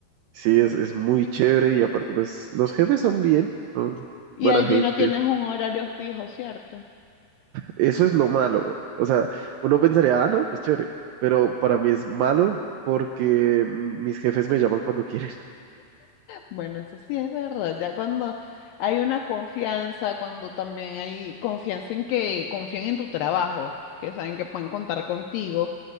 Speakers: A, on the right; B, on the left.
A: sí, es, es muy chévere y aparte pues los jefes son bien, son
B: Y
A: buena
B: allí
A: gente.
B: no tienes un horario fijo, ¿cierto?
A: Eso es lo malo. O sea, uno pensaría, ah, no, pues chévere, pero para mí es malo porque mis jefes me llaman cuando quieren. <laughs>
B: Bueno, eso sí es verdad. Ya cuando hay una confianza, cuando también hay confianza en que confían en tu trabajo, que saben que pueden contar contigo,